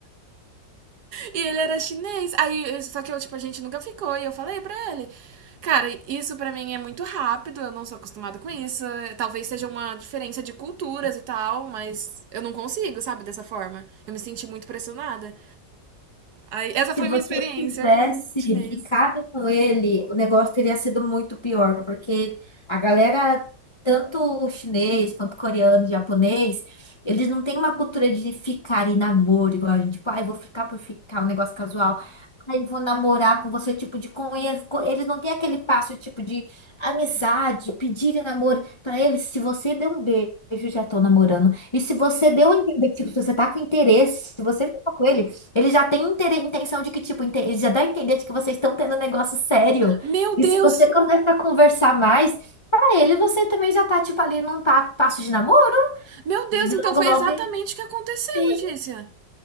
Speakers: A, on the right (about 65°); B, on the left (about 35°).
A: E ele era chinês. Aí, só que eu, tipo, a gente nunca ficou. E eu falei pra ele. Cara, isso pra mim é muito rápido, eu não sou acostumada com isso. Talvez seja uma diferença de culturas e tal, mas eu não consigo, sabe, dessa forma. Eu me senti muito pressionada. Aí, essa
B: Se
A: foi
B: você
A: minha experiência
B: tivesse
A: com chinês.
B: ficado com ele, o negócio teria sido muito pior, porque a galera, tanto chinês quanto coreano, japonês, eles não têm uma cultura de ficar e namoro, igual a gente, tipo, ai, vou ficar por ficar, um negócio casual. Ai, vou namorar com você, tipo, de conhecer. Eles não têm aquele passo, tipo, de amizade, pedir namoro. Pra eles, se você der um beijo, já tô namorando. E se você deu a entender, tipo, se você tá com interesse, se você fica com ele. Ele já tem inte- intenção de que, tipo, inte- ele já dá a entender de que vocês estão tendo um negócio sério.
A: Meu Deus!
B: E se você começa a conversar mais, pra ele você também já tá, tipo, ali num pa- passo de namoro.
A: Meu Deus,
B: Logo,
A: então foi
B: logo,
A: exatamente
B: ele-
A: o que aconteceu,
B: sim.
A: Letícia.